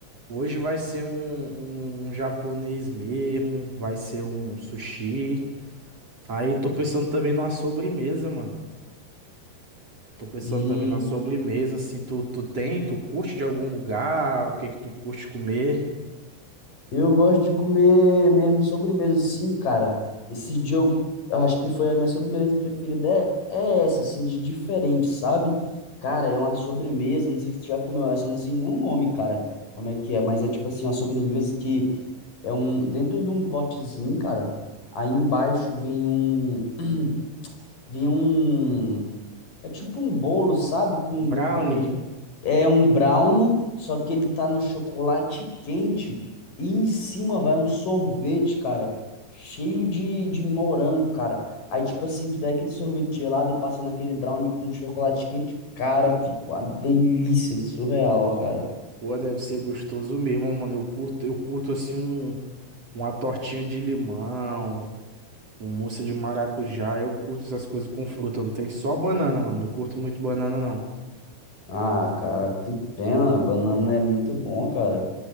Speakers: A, on the right; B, on the left.
A: Hoje vai ser um, um japonês mesmo, vai ser um sushi. Aí tô pensando também numa sobremesa, mano. Tô pensando
B: hum.
A: também na sobremesa, assim, tu, tu tem, tu curte de algum lugar, o que que tu curte comer?
B: Eu gosto de comer mesmo sobremesa, sim, cara. Esse dia eu eu acho que foi a minha sobremesa preferida. É, é essa, assim, de diferente, sabe? Cara, é uma sobremesa. Não sei se tu já comeu essa, eu não sei nem o nome, cara. Como é que é? Mas é tipo assim, uma sobremesa que é um. Dentro de um potezinho, cara. Aí embaixo vem um. <clears throat> Vem um. É tipo um bolo, sabe? Com
A: Brownie,
B: re- é um brownie, só que ele tá no chocolate quente e em cima vai um sorvete, cara, cheio de, de morango, cara. Aí tipo assim, tu pega aquele sorvete gelado e passa naquele brownie com chocolate quente, cara, fica uma delícia de surreal, cara.
A: pô, deve ser gostoso mesmo, mano. Eu curto, eu curto assim um, uma tortinha de limão, um mousse de maracujá, eu curto essas coisas com fruta, não tem só banana, mano. Não curto muito banana, não.
B: Ah, cara, que pena, banana é muito bom, cara.